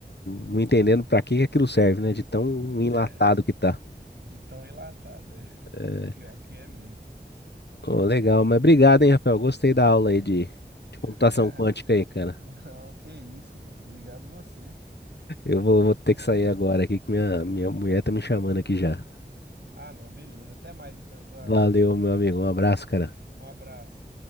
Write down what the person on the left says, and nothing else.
não entendendo para que que aquilo serve, né? De tão enlatado
que tá.
É,
ô, legal, mas obrigado, hein, Rafael? Gostei da aula aí de, de computação
quântica aí, cara.
Eu vou,
vou ter que sair agora aqui que minha, minha mulher tá me chamando aqui já.
Valeu, meu amigo. Um abraço, cara.